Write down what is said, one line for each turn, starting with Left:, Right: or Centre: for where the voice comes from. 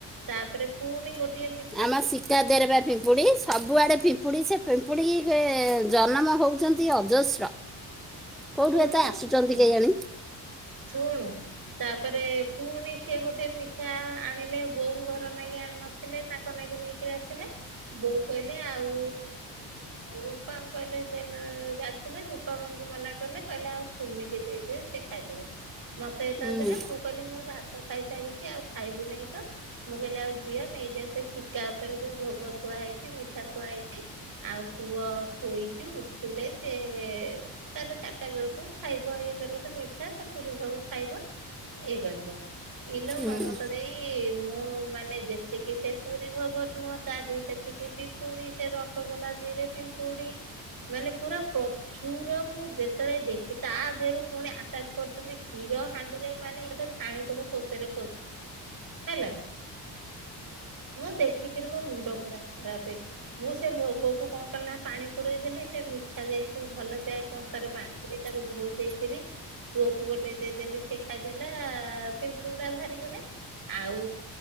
Right: ତାପରେ ପୁଣି ଗୋଟିଏ ମି
Centre: ଆମ ଶିକାର ଦେର ବା ପିମ୍ପୁଡି ସବୁଆଡେ ପିମ୍ପୁଡି ସେ ପିମ୍ପୁଡି ଏ ଜନ୍ମ ହଉଛନ୍ତି ଅଜସ୍ର। କୋଉଠୁ
Right: ଶୁଣୁନୁ
Centre: ଏତେ ଆସୁଛନ୍ତି
Right: ଶୁଣୁନୁ
Centre: କେହି ଜାଣି?
Right: ଶୁଣୁ ତାପରେ ପୁଣି ସିଏ ଗୋଟେ ମିଠା ଆଣିଲେ ବୋଉ ଘର ନେଇକି ଆଣି ନଥିଲେ ତାଙ୍କ ବନାକି ନେଇକିରି ଆସିଲେ ବୋଉ କହିଲେ ଆଉ ଉ ରୂପାଙ୍କୁ କହିଲେ ଯେ ଯାଥିଲେ ରୂପା ଏମତି ମନା କଲେ କହିଲେ ଆଉ ସୁମିକି ଦେଇଦ ସେ ଖାଇଦବ। ମତେ ଏତ
Centre: ହୁଁ
Right: ଦେଲେ ମୁଁ କହିଲି ମୁଁ ଭାତ ଖାଇସାରିଛି ଆଉ ଖାଇବି ନାହିଁ ତ ମୁଁ କହିଲି ଆଉ ଝିଅ ନେଇଯାଏ ସେ ଶିକା ଉପରେ ଯୋଉ ଭୋଗ ଖୁଆ ହେଇଛି ମିଠା ଖୁଆ ହେଇଛି। ଆଉ ପୁଅ ଶୋଇଛି ଉଠିଲେ ସେ ତାର ଟା ବେଳକୁ ଖାଇବ ଇଏ କରିବ ସେ ମିଠା ସେ ପୁରୀ ଭୋଗ ଖାଇବ ଇଏ କରିବ। ଇଲୋ
Centre: ହୁଁ
Right: ମମତା ଦେଇ ମୁଁ ମାନେ ଯେତିକି ସେ ପୁରୀ ଭୋଗ ତା ଦି ସେତିକି ପିମ୍ପୁଡି ସେ ରସଗୋଲା ରେ ପିମ୍ପୁଡି। ମାନେ ପୁରା ପ୍ରଚୁର ମୁଁ ତା ଦେଖି ତା ଦେହରୁ ପୁଣି ଆଟାକ୍ କରିଛନ୍ତି କ୍ଷୀର ହାଣ୍ଡିରେ ମାନେଥା ଛାଣି ତବକୁ ପୋଷରେ ହେଲା। ମୁଁ ଦେଖିକିରି ମୋ ମୁଣ୍ଡ ପୁରା ଖରାପ ମୁଁ ସେ ଭୋଗକୁ କଣ କଲି ନା ପାଣି ପୁରଇ ଦେଲି ସେ ମିଠା ଯକୁ ଭଲସେ କଂସାରେ ପାଣିିକ ତାକୁ ଧୋଇ ଦେଇକରି। ପୁଅକୁ ଗୋଟେ ଦେଇଦେଲି ସେ ଖାଇଦେଲା ପିମ୍ପୁଡି ଗୁଡା ବାହାରିଗଲେ। ଆଉ